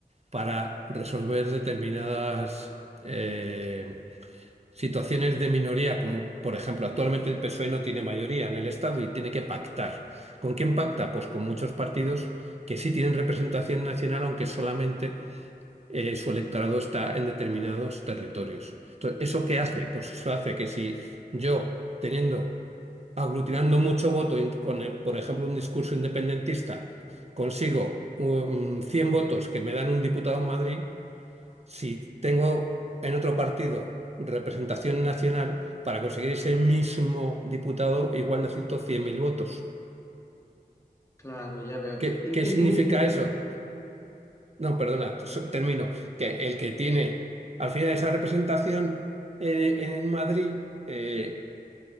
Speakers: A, on the right (about 40°); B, on the left (about 20°).
A: para resolver determinadas eh, situaciones de minoría, como por ejemplo actualmente el PSOE no tiene mayoría en el Estado y tiene que pactar. ¿Con quién pacta? Pues con muchos partidos que sí tienen representación nacional, aunque solamente eh, su electorado está en determinados territorios. Entonces, ¿eso qué hace? Pues eso hace que si yo, teniendo, aglutinando mucho voto in- con, eh, por ejemplo, un discurso independentista, consigo um, 100 votos que me dan un diputado en Madrid, si tengo en otro partido representación nacional, para conseguir ese mismo diputado igual necesito 100.000 votos.
B: Claro, ya veo.
A: ¿Qué,
B: En,
A: qué
B: en-
A: significa
B: en es- en-
A: eso? No, perdona, so- termino. Que el que tiene al final esa representación eh, en Madrid, eh,